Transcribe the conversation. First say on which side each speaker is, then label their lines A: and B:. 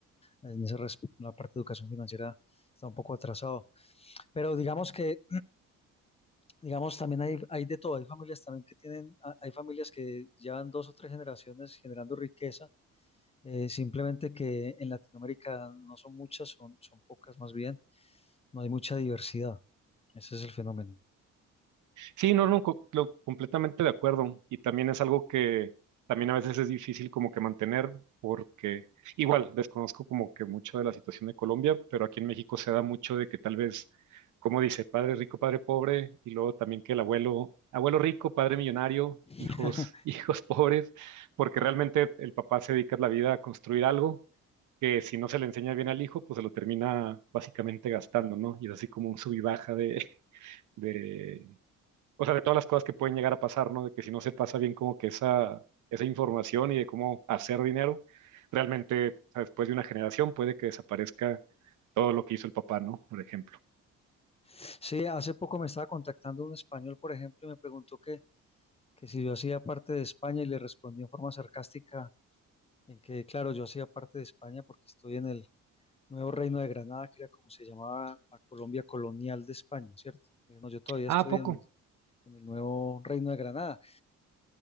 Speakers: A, on the left; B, on the right.
A: en ese respecto, en la parte de educación financiera está un poco atrasado. Pero digamos que, digamos, también hay, hay de todo. Hay familias también que tienen, ha- hay familias que llevan dos o tres generaciones generando riqueza, eh, simplemente que en Latinoamérica no son muchas, son, son pocas más bien, no hay mucha diversidad. Ese es el fenómeno.
B: Sí, no, no, co- lo- completamente de acuerdo. Y también es algo que también a veces es difícil como que mantener, porque igual desconozco como que mucho de la situación de Colombia, pero aquí en México se da mucho de que tal vez, como dice, padre rico, padre pobre, y luego también que el abuelo, abuelo rico, padre millonario,
A: <laughs>
B: hijos, <laughs> hijos pobres, porque realmente el papá se dedica la vida a construir algo que si no se le enseña bien al hijo, pues se lo termina básicamente gastando, ¿no? Y es así como un sub y baja de de o sea, de todas las cosas que pueden llegar a pasar, ¿no? De que si no se pasa bien como que esa, esa información y de cómo hacer dinero, realmente, o sea, después de una generación puede que desaparezca todo lo que hizo el papá, ¿no? Por ejemplo.
A: Sí, hace poco me estaba contactando un español, por ejemplo, y me preguntó que, que si yo hacía parte de España y le respondí en forma sarcástica en que, claro, yo hacía parte de España porque estoy en el, Nuevo Reino de Granada, que era como se llamaba la Colombia colonial de España, ¿cierto? Eh, no, yo todavía
B: Ah,
A: estoy
B: ¿a poco?
A: en, en el Nuevo Reino de Granada,